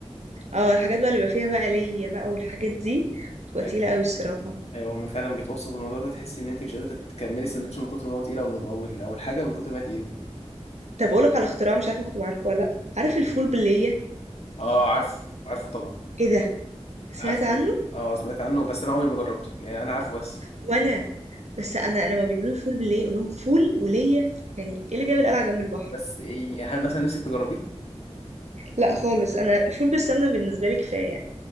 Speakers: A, on the right (about 75°); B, on the left (about 65°).
A: اه الحاجات بقى اللي بيبقى فيها بقى ليا بقى والحاجات دي بتبقى
B: ايوه
A: تقيلة قوي الصراحة
B: ايوه هم فعلا بيتوصوا بالموضوع ده تحسي ان انت مش قادره تكملي السندوتش من كتر ما هو تقيل او او ال- أو الحاجه من كتر ما هي تقيله
A: طب أقولك على اختراع مش عارفة تبقى عارفة ولا لأ عارف
B: يعني
A: الفول باللية
B: اه عارف عارفه طبعا
A: ايه ده سمعت
B: عارفه
A: عنه
B: والله اه سمعت عنه بس انا عمري ما جربته يعني انا عارفه بس
A: وانا بس انا لما بيقولوا لي فول باللية اقول لهم فول ولية يعني ايه اللي جاب القلعة جنب البحر
B: بس إيه هل مثلا نفسك تجربيه
A: لا خالص انا فول بالسمنة بالنسبة لي كفاية يعني